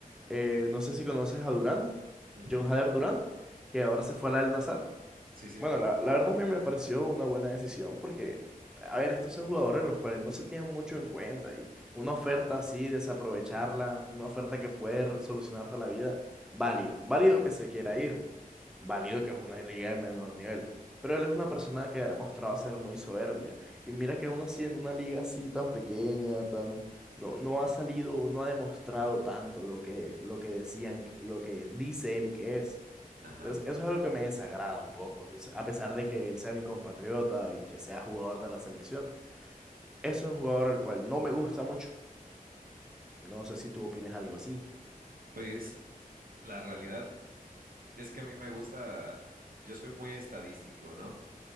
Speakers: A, in the centre; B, on the right.
A: eh, no sé si conoces a Durán,
B: Ujú,
A: John Hader Durán, que ahora se fue al Al-Nassr.
B: Sí, sí.
A: Bueno, la, la verdad a mí me pareció una buena decisión porque, a ver, estos son jugadores los cuales no se tienen mucho en cuenta y una oferta así, desaprovecharla, una oferta que puede r- solucionarte la vida, válido, válido que se quiera ir, válido que es una liga de menor nivel, pero él es una persona que ha demostrado ser muy soberbia y mira que aún así en una liga así tan pequeña, tan... No, no ha salido, no ha demostrado tanto lo que, lo que decían, lo que dice él que es.
B: Ajá.
A: Entonces, eso es algo que me desagrada un poco. O sea, A pesar de que él sea mi compatriota y que sea jugador de la selección, es un jugador el cual no me gusta mucho. No sé si tú opinas algo así.
B: Pues la realidad es que a mí me gusta, yo soy muy estadístico, ¿no?